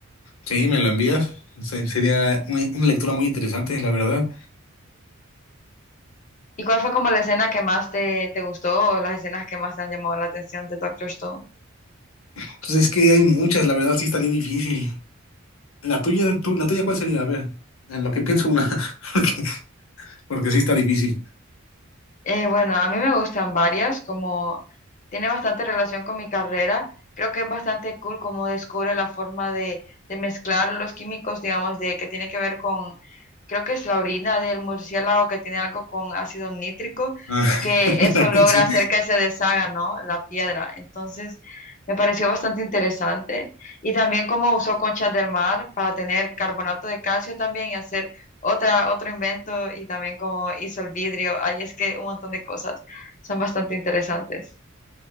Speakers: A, on the left; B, on the left.
A: Sí, me lo envías. Se- Sería una, una lectura muy interesante, la verdad.
B: ¿Y cuál fue como la escena que más te, te gustó o las escenas que más te han llamado la atención de Doctor Stone?
A: Entonces es que hay muchas, la verdad sí estaría difícil. La tuya, tú- la tuya ¿cuál sería? A ver, en lo que pienso una, <laughs> porque, porque sí está difícil.
B: Eh, bueno, a mí me gustan varias, como tiene bastante relación con mi carrera. Creo que es bastante cool cómo descubre la forma de, de mezclar los químicos, digamos, de que tiene que ver con, creo que es la orina del murciélago que tiene algo con ácido nítrico,
A: Ah, <laughs>
B: que eso
A: la-
B: logra
A: sí.
B: hacer que se deshaga, ¿no? La piedra. Entonces, me pareció bastante interesante. Y también cómo usó conchas del mar para tener carbonato de calcio también y hacer otra, otro invento y también cómo hizo el vidrio. Ahí es que un montón de cosas son bastante interesantes.